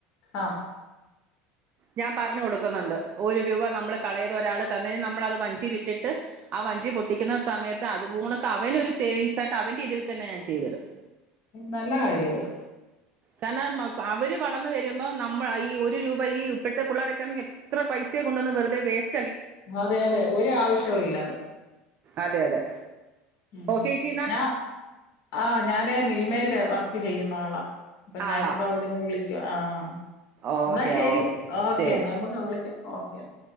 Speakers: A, on the left (about 60°); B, on the right (about 45°).
A: ആഹ്
B: ഞാൻ പറഞ്ഞു കൊടുക് ക്കുന്നുണ്ട് ഒരു രൂപ നമ്മള് കളയരുത് ഒരാൾ തന്നത് നമ്മളത് വഞ്ചിയിലിട്ടിട്ട് ആ വഞ്ചി പൊട്ടിക്കുന്ന സമയത്ത് അത് പോണക്ക് അവനൊരു സേവിങ്സ് ആയിട്ട് അവന്റെ ഇതിൽ തന്നെ ഞാൻ ചെയ്തിടും.
A: നല്ല കാര്യ അത്
B: കാരണം മക് അവര് വളർന്ന് വരുമ്പോം നമ്മള ഈ ഒരു രൂപ ഈ ഇപ്പോഴത്തെ പിള്ളേരൊക്കെന്ന് എത്ര പൈസയാ കൊണ്ടന്ന് വെറുതെ വേസ്
A: അതെ അതെ ഒരു ആവിശ്വോ ഇല്ല അത്
B: അതെ അതെ
A: ഉം
B: ഓക്കെ ചേച്ചി എന്നാ
A: ഞാ ആ ഞാന് മിൽമയില് വർക്ക് ചെയ്യുന്ന ആളാ അപ്പൊ ഞാനിപ്പ
B: ആളാ
A: അവിടെന്ന് വിളിക് ച്ചു ആഹ്
B: ഓക്കെ
A: എന്നാ ശരി
B: ഓക്കെ
A: ഓക്കെന്നാ
B: ശരി
A: നമുക്ക് വിളിക്കാം ഓക്കെ ന്നാ